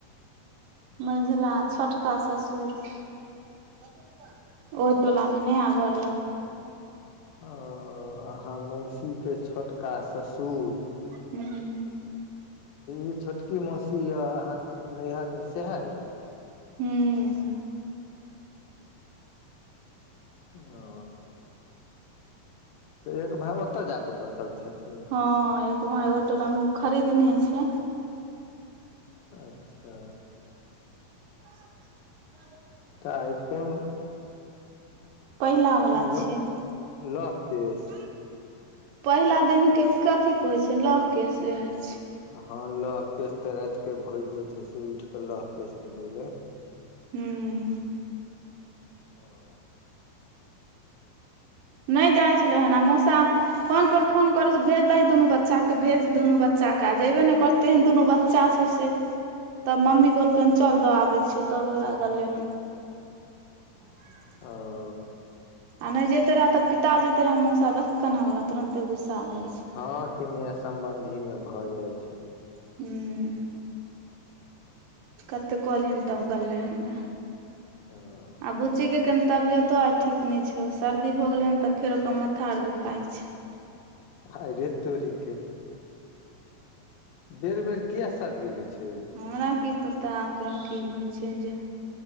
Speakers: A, on the right; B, on the left.
A: <inaudible> मझिला छोट का ससुर, <inaudible> ओइ टोलामे नया घर लंग।
B: ओ अहाँ मौसीके छोटका ससुर?
A: <inaudible> हूं।
B: ई छोटकी मौसी या, अहाँके नैहरमे सेहे यै?
A: हुं। <inaudible>
B: ह त एक भांय ओत जााक बसल छथिन?
A: हँ, एक भांइ ओइ टोलामे, उ खरीदने छै।
B: अच्छा।
A: <unintelligible>
B: त आइ कोन?
A: पहिला बला
B: ल
A: छियै।
B: लौह
A: <inaudible>
B: केश
A: पहिला दिनके कथीे कहै छै? लहकेश उहे छै।
B: हँ लह केश तेराति के भोज जे छै से उठि कऽ लह केश दिन अइलै।
A: हुं।
B: ओ।
A: नै जाइ छलै हन आ मौसा फोन पर फोन करै से भेज दही दुनू बच्चाके, भेज दुनू बच्चा के आ जैबे नै कर तेहेन दुनू बच्चा छै से तब मम्मी कहलकै, हम चल द आबै छियौ तब हौआ गेलै हन। <unintelligible>
B: आ
A: आ नै जैतै रहा त पिता जैतै रहा मौसा देख कना बला तुरंते गुस्सा जाइ छै।
B: हँ किनी या समबंधी मे भए जाइ छन।
A: <unintelligible> हूं‌। कत्ते कहलियैन तब गललयहन।
B: आ
A: आ बुच्चीके कनि तबियतो आइ ठीक नय छै, सर्दी भऽ गेलैहन तऽ फेर ओकर माथा आर दुखाइ छै।
B: आइ रे तोड़िके। बेर बेर कियै सर्दी होइ छै यौ?
A: हमरा की पता ओकरा की होइ छै जे?